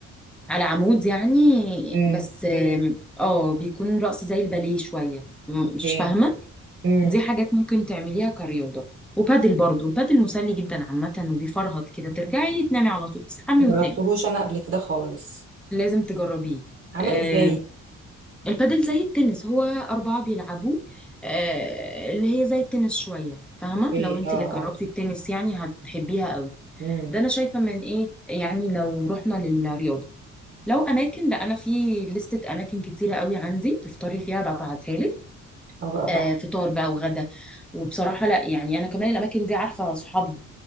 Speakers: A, in the centre; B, on the right.
A: على عمود يعني
B: امم
A: بس اوكي آم، اه بيكون رقص زي الباليه شوية م-
B: اوكي
A: مش فاهمة
B: امم
A: دي حاجات ممكن تعمليها كرياضة وبادل برضو البادل مسلي جدا عامة وبيفرهط كده ترجعي تنامي على طول تصحي وتنامي
B: جربتهوش انا قبل كده خالص
A: لازم تجربيه
B: عامل
A: آم،
B: ازاي
A: البادل زي التنس هو أربعة بيلعبوه آه، اللي هي زي التنس شوية فاهمة
B: اوكي
A: لو انت
B: اه
A: اللي
B: اه
A: جربتي التنس يعني هتحبيها قوي
B: امم
A: ده أنا شايفة من ايه يعني لو رحنا للرياضة لو اماكن لا انا في لستة اماكن كتيرة قوي عندي تفطري فيها ببعتها لك
B: اه بقى
A: آه
B: بقى
A: فطار بقى وغدا وبصراحة لا يعني انا كمان الاماكن دي عارفة اصحابها